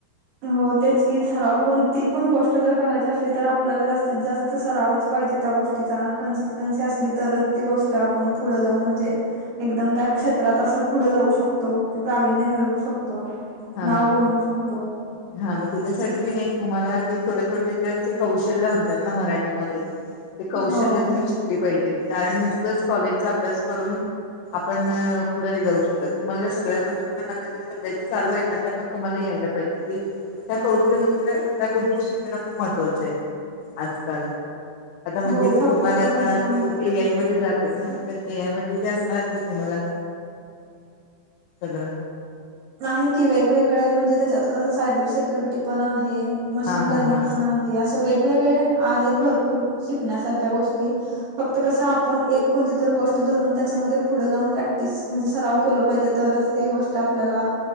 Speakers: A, on the right (about 60°); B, on the left (about 85°).
A: ह हो तेच की सराव कोणती पण गोष्ट जर करायची असली तर आपल्याला जास्तीत जास्त सरावच पाहिजे त्या गोष्टी टिचा कन्सिस्टन्सी असली तरच ती गोष्ट आपण पुढ जाऊन म्हणजे एकदम त्या क्षेत्रात असं पुढं जाऊ शकतो प्रावीण्य मिळवू शकतो.
B: हा
A: नाव बनऊ शकतो.
B: हा मग त्याच्यासाठी बी नाही तुम्हाला ते छोटे छोटे जेे कौशल्य म्हणतात ना मराठीमध्ये. ते कौशल्य
A: हो
B: तुम्ही शिकली पाहिजे. कारण नुसतंच कॉलेजचा अभ्यास करून आपणं पुढे नाही जाऊ शकत. तुम्हाला सगळ्या गोष्टी पण सध्याच्या चालू आहेत ना त्या पण तुम्हाला यायला पाहिजे. त्या कौशल्य त्या गोष्टी शिकणं खूप महत्त्वाचं आहे. आजकाल आता म्हणजे
A: हो
B: की
A: फक्त
B: तुम्हाला आता
A: ह
B: तू ए आय मध्ये जात तेचना तर ए आय ते असणार की तुम्हाला सगंळ.
A: नाहीं की वेगवेगळं हे म्हणजे त्यांच्यात कसं सायबरं सक्युरिटी पणं आहे मशीन
B: हा
A: लर्निंग
B: हा हा
A: पणं आहे असं वेगवेगळे आहेतं भरंपूर शिकण्यांसारख्यां गोष्टीं फक्तं कसं आपणं एक कोणतीतरं गोष्टं धरूंन त्यांच्यामध्ये पुढें जाऊंन प्रॅक्टिस म्हणजे सराव केलं पाहिजे. तरचं ती गोष्टं आपल्यांला